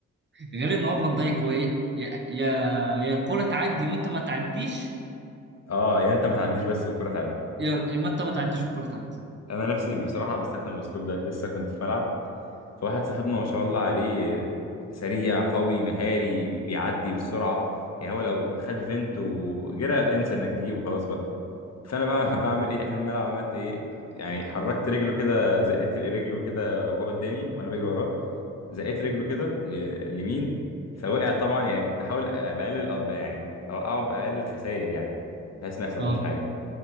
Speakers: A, on the right; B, on the left.
A: غير ان هو فان دايك هو ايه يا يا يا الكوره تعدي وانت ما تعديش
B: اه يا انت ما تعديش بس والكره تعدي
A: يا يا ما انت ما تعديش والكوره تعدي
B: انا نفسي بصراحه بستخدم الاسلوب ده لسه كنت في ملعب فواحد صاحبنا ما شاء الله عليه سريع قوي مهاري بيعدي بالسرعه يعني هو لو خد فينت وجرى انسى انك تجيبه خلاص بقى فانا بقى <laughs> بعمل ايه اخر ملعب عملت ايه يعني حركت رجله كده زقيت رجله كده وهو قدامي وانا بجري وراه زقيت رجله كده ل- لمين فوقع طبعا يعني بحاول بقلل الأب- يعني اوقعه باقل الخسائر يعني بحيث ما يحصلوش
A: اه
B: حاجه